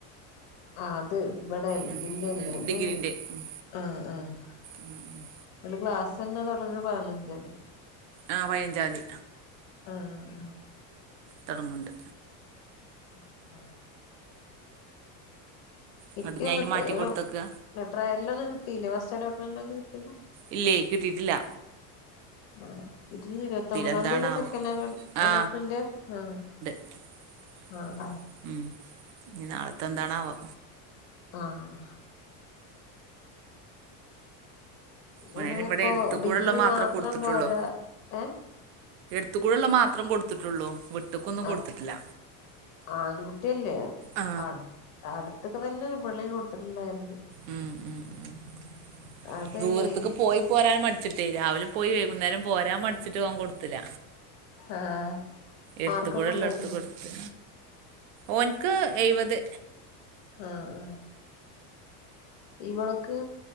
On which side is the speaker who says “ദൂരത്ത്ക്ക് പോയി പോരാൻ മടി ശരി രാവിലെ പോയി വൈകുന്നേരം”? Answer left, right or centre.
Right